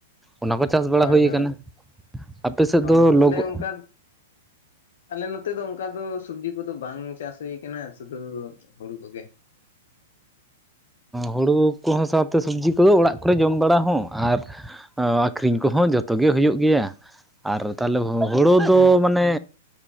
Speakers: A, in the centre; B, on the left.
A: ᱚᱱᱟ ᱠᱚ ᱪᱟᱥ ᱵᱟᱲᱟ
B: ᱦᱳᱭ
A: ᱦᱩᱭᱩ
B: ᱦᱳᱭ
A: ᱠᱟᱱᱟ ᱟᱯᱮ ᱥᱮᱫ
B: ᱚ
A: ᱫᱚ ᱞᱚᱜᱚ
B: ᱟᱞᱮ ᱚᱱᱠᱟ ᱟᱞᱮ ᱱᱚᱛᱮ ᱫᱚ ᱚᱱᱠᱟ ᱫᱚ ᱥᱚᱵᱽᱡᱤ ᱠᱚᱫᱚ ᱵᱟᱝ ᱪᱟᱥ ᱦᱩᱭ ᱟᱠᱟᱱᱟ, ᱥᱩᱫᱷᱩ ᱦᱩᱲᱩ ᱠᱚᱜᱮ᱾
A: ᱦᱩᱲᱩ ᱠᱚᱦᱚᱸ ᱥᱟᱶᱛᱮ ᱥᱚᱵᱽᱡᱤ ᱠᱚᱫᱚ ᱚᱲᱟᱜ ᱠᱚᱨᱮ ᱡᱚᱢ ᱵᱟᱲᱟ ᱦᱚᱸ ᱟᱨ ᱟᱹᱠᱷᱨᱤᱧ ᱠᱚᱦᱚᱸ ᱡᱚᱛᱚ ᱜᱮ ᱦᱩᱭᱩᱜ ᱜᱮᱭᱟ, ᱟᱨ ᱛᱟᱦᱚᱞᱮ ᱦᱩᱲᱩ ᱫᱚ
B: ᱦᱩᱸ
A: ᱢᱟᱱᱮ